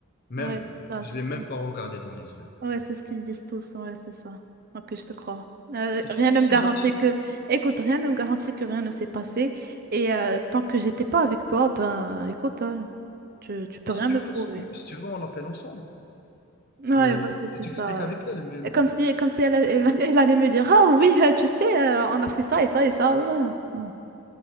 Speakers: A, on the left; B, on the right.
A: Même,
B: hein. Ouais, c'est ça,
A: je
B: c'est
A: l'ai
B: ce
A: même
B: que je dis.
A: pas regardé dans les yeux.
B: Ouais, c'est ce qu'ils disent tous, ouais, c'est ça. Ok, je te crois. Euh,
A: De toute
B: rien
A: façon,
B: ne
A: si,
B: me garantit
A: je- si-
B: que... Écoute, rien ne me garantit que rien ne s'est passé. Et euh, tant que j'étais pas avec toi, ben, écoute, hein, tu, tu peux
A: si
B: rien
A: tu
B: me
A: veux,
B: prouver.
A: si tu veux, si tu veux, on l'appelle ensemble.
B: Ouais,
A: Et
B: vas-y, c'est
A: tu t'expliques
B: ça.
A: avec elle, mais, mais-
B: Et Comme si, comme si elle, elle- <laughs> elle allait me dire, ah oui, euh, tu sais, euh, on a fait ça et ça et ça. Ouais, ouais. bon.